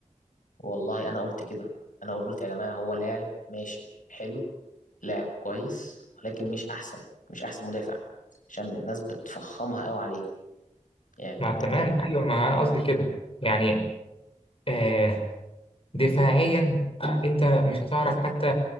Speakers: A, on the left; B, on the left.
A: والله أنا قلت كده أنا قلت يا جماعة هو لاعب ماشي حلو لاعب كويس ولكن مش أحسن مش أحسن مدافع عشان الناس بتفخمها قوي عليه يعني
B: ما
A: بت...
B: تمام
A: ب-
B: أيوه ما أنا قصدي كده يعني آه دفاعيا آه، أنت مش هتعرف حتى